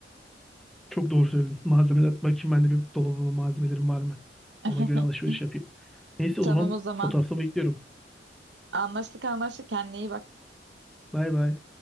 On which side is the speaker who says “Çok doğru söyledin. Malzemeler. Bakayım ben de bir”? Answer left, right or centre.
Centre